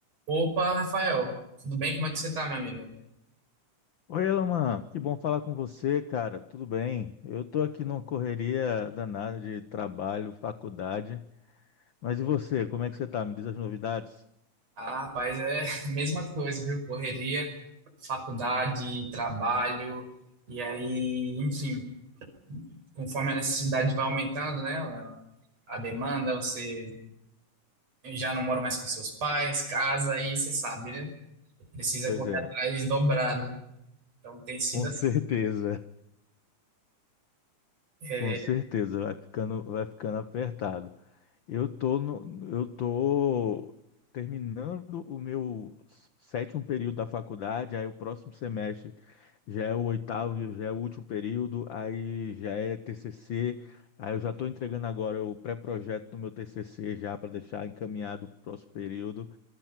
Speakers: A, on the right; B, on the left.
A: Opa, Rafael, tudo bem? Como é que você tá, meu amigo?
B: Oi, Elaman, que bom falar com você, cara. Tudo bem? Eu tô aqui numa correria danada de trabalho, faculdade. Mas e você? Como é que você tá? Me diz as novidades?
A: Ah, rapaz, é <laughs> a mesma coisa, viu? Correria, faculdade, trabalho, e aí, enfim, conforme a necessidade vai aumentando, né? A a demanda, você já não mora mais com seus pais, casa, aí você sabe, né? Precisa
B: Pois
A: correr
B: é,
A: atrás dobrado. Então tem sido
B: com
A: assim.
B: certeza, <laughs>
A: É,
B: com certeza vai ficando, vai ficando apertado. Eu tô no, eu tô terminando o meu sétimo período da faculdade, aí o próximo semestre já é o oitavo, já é o último período, aí já é TCC, aí eu já estou entregando agora o pré-projeto do meu TCC já para deixar encaminhado para o próximo período.